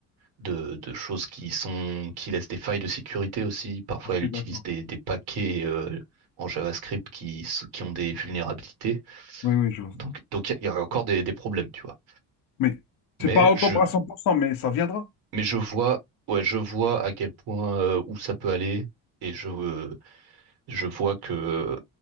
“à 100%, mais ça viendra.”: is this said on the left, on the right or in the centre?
Left